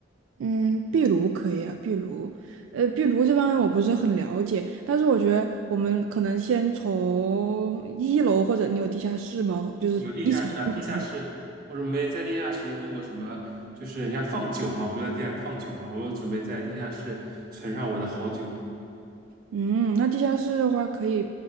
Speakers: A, on the right; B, on the right.
A: 嗯，壁炉可以啊，壁炉，呃，壁炉这方面我不是很了解，但是我觉得我们可能先从一楼或者你有地下室吗？就是一层一层的。
B: 有地下室啊，地下室我准备在地下室弄个什么，就是人家放酒嘛，不是在地下室放酒嘛，我准备在地下室存上我的好酒。
A: 嗯，那地下室的话，可以